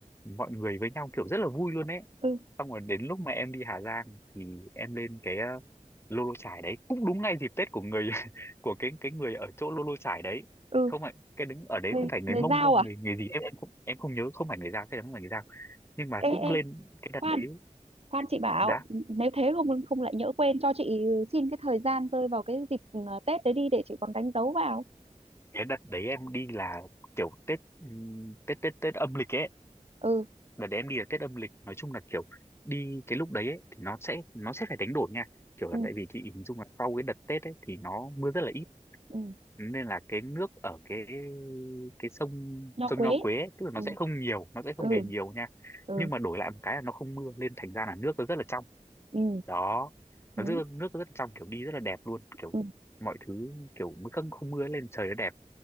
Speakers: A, on the left (about 20°); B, on the right (about 50°).
A: mọi người với nhau kiểu rất là vui luôn ấy
B: ừ
A: xong rồi đến lúc mà em đi Hà Giang thì em lên cái ờ, Lô Lô Chải đấy cũng đúng ngay dịp Tết của người <laughs> của cái cái người ở chỗ Lô Lô Chải đấy
B: ừ
A: không phải cái đứng ở đấy
B: người
A: không phải người
B: người
A: Mông
B: giao
A: đâu người
B: à
A: người gì em cũng em không nhớ không phải người Dao chắc chắn không phải người Dao nhưng mà
B: ê
A: cũng lên
B: ê
A: cái đợt
B: khoan
A: đấy
B: khoan chị bảo
A: giá
B: nếu thế không không lại nhỡ quên cho chị xin cái thời gian rơi vào cái dịp ừ, Tết đấy đi để chị còn đánh dấu vào
A: cái đợt đấy em đi là kiểu Tết ừm, Tết Tết Tết âm lịch ấy
B: ừ
A: đợt đấy em đi là Tết âm lịch nói chung là kiểu đi cái lúc đấy ấy, thì nó sẽ nó sẽ phải đánh đổi nha kiểu là
B: ừ
A: tại vì chị hình dung là sau cái đợt Tết ấy thì nó mưa rất là ít
B: ừ
A: nên là cái nước ở cái cái sông
B: nho
A: sông
B: quế
A: Nho Quế ấy, tức là nó
B: ừ
A: sẽ không nhiều nó sẽ không
B: ừ
A: hề nhiều nha
B: ừ
A: nhưng mà đổi lại một cái là nó không mưa nên thành ra là nước nó rất là trong
B: ừ
A: đó
B: đấy.
A: nó rất nước nó rất là trong kiểu đi rất là đẹp luôn kiểu
B: Ừ.
A: mọi thứ kiểu mới không không mưa lên trời nó đẹp